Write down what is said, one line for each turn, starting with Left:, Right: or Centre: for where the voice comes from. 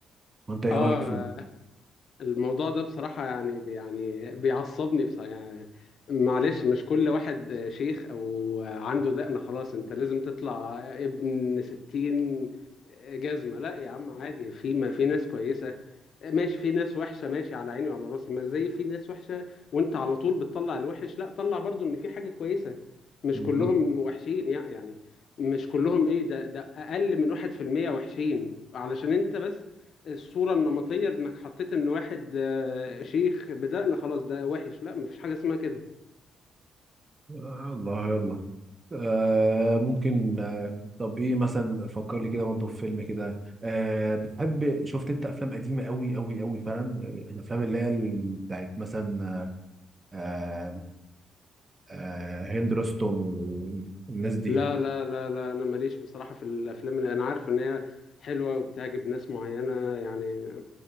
Right: وانت ايه
Left: اه
Right: رايك في
Left: الموضوع ده بصراحة يعني بي- يعني بيعصبني بصراحة يعني معلش مش كل واحد آه، شيخ او آه، عنده دقنة خلاص انت لازم تطلع ابن ستين جزمة لا يا عم عادي في ما في ناس كويسة ماشي في ناس وحشة ماشي على عيني وعلى راسي ما زي في ناس وحشة وانت على طول بتطلع الوحش لا طلع برضو ان في حاجة كويسة مش
Right: بالظبط
Left: كلهم وحشين يع- يعني مش كلهم ايه ده ده اقل من واحد في المية وحشين علشان انت بس الصورة النمطية انك حطيت ان واحد آه، شيخ بدقن خلاص ده وحش لا مفيش حاجة اسمها كده
Right: يلا يلا آه ممكن آه طب ايه مثلا فكر لي كده برضه في فيلم كده آه بتحب شفت انت افلام قديمه قوي قوي قوي فعلا آه، الافلام اللي هي ال- بتاعت مثلا آه آه هند رستم والناس دي
Left: لا لا لا لا انا ماليش بصراحة في الافلام انا عارف ان هي حلوة وبتعجب ناس معينة يعني